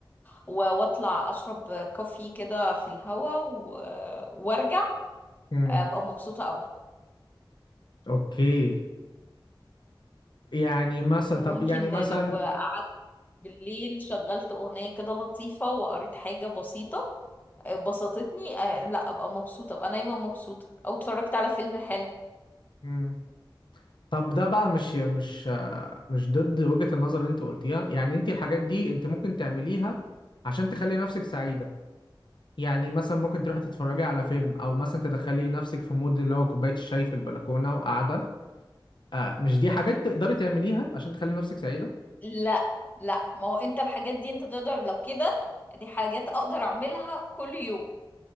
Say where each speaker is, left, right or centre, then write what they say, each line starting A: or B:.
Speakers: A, on the left; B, on the left.
A: و- واطلع اشرب كوفي كده في الهوا و... وارجع
B: امم
A: ابقى مبسوطة قوي
B: اوكي يعني مثلا
A: ممكن
B: طب يعني مثلا
A: لو بالليل شغلت أغنية كده لطيفة وقريت حاجة بسيطة بسطتني آه، لا أبقى مبسوطة أبقى نايمة مبسوطة أو اتفرجت على فيلم حلو
B: مم. طب ده بقى مش مش مش ضد وجهة النظر اللي انت قلتيها يعني انت الحاجات دي انت ممكن تعمليها عشان تخلي نفسك سعيدة يعني مثلا ممكن تروحي تتفرجي على فيلم او مثلا تدخلي نفسك في مود اللي هو كوباية الشاي في البلكونة وقاعدة آه مش دي حاجات تقدري تعمليها عشان تخلي نفسك سعيدة
A: لا لا ما هو أنت الحاجات دي أنت تقدر لو كده دي حاجات أقدر أعملها كل يوم